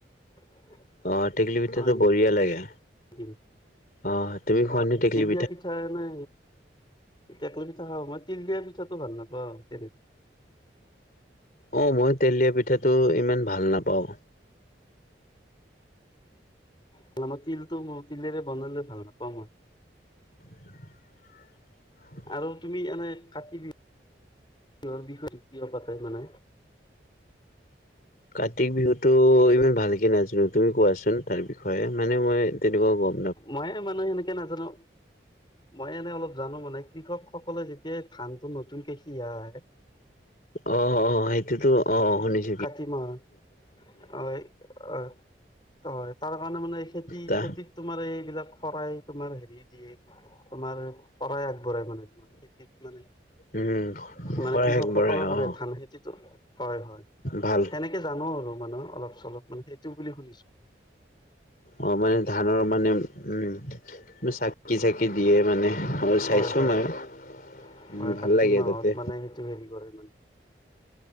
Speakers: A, on the left; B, on the left.
A: <inaudible>
B: অ', টেকেলী পিঠাতো
A: হয়
B: বঢ়িয়া লাগে।
A: নেকি
B: অ তুমি খোৱা
A: অ',
B: নে টেকেলি
A: তিলদিয়া পিঠা এনে টেকলি পিঠা খাওঁ মই, তিল দিয়া পিঠাটো ভাল নাপাওঁ তেনে
B: অ', মই তিল দিয়া পিঠাটো ইমান ভাল নাপাওঁ।
A: মানে আমা তিলটো ম তিলেৰে বনালে ভাল নাপাওঁ মই।
B: <inaudible>
A: আৰু তুমি এনেই কাতি বিহু বিহ বিষয়টো কিয় পাতে মানে?
B: কাতিক বিহুটো ইমান ভালকে নাজানো তুমি কোৱাচোন তাৰ বিষয়ে মানে মই তেনেকুৱাও কম।
A: ময়ো মানে সেনেকে নাজানো। মই এনে অলপ জানো মানে কৃষকসকলে যেতিয়া ধানটো নতুনকে সিয় আহে
B: অ', অ', অ', সেইটোতো অ', শুনিছ
A: কাতি মাহত হয় অ', হয় তাৰ কাৰণে মানে খেতি
B: তা
A: খেতি তোমাৰ এইবিলাক শৰাই তোমাৰ হেৰি দিয়ে তোমাৰ শৰাই আগবঢ়াই মানে তোমাৰ খেতিত মানে
B: উম,
A: মানে
B: শৰাই
A: কৃষক
B: আগবঢ়াই
A: সকলৰ
B: অ'
A: কাৰণে ধান খেতিটো হয়, হয়।
B: ভাল।
A: সেনেকে জানো আৰু মানে অলপ চলপ মানে সেইটো বুলি শুনিছোঁ।
B: অ', মানে ধানৰ মানে উম। মি চাকি চাকি দিয়ে মানে মই চাইছোঁ
A: হয় হয়
B: মই।
A: হয়
B: উম,
A: হয়
B: ভাল
A: কাতি
B: লাগে
A: মাহত
B: তাতে।
A: মানে সেইটো হেৰি কৰে মানে